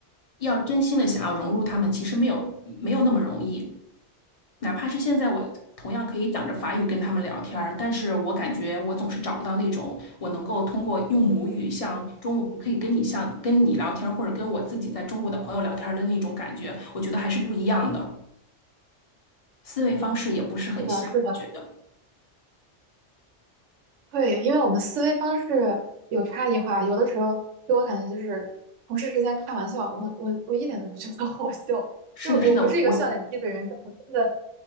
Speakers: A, on the left; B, on the right.
A: 要真心的想要融入他们，
B: 嗯，
A: 其实没有没有那么容易。哪怕是现在我同样可以讲着法语跟他们聊天儿，但是我感觉我总是找不到那种我能够通过用母语像中文可以跟你像跟你聊天儿，或者跟我自己在中国的朋友聊天儿的那种感觉，我觉得还是不一样的，思维方式也不是很像，
B: 是的，是的。
A: 我觉得。
B: 对，因为我们思维方式有差异化，有的时候给我感觉就是同事之间开玩笑，我我我一点都不觉得 <laughs> 好笑，
A: 是的，
B: 就我不是一个笑点低的人，
A: 是的，我
B: 但我真的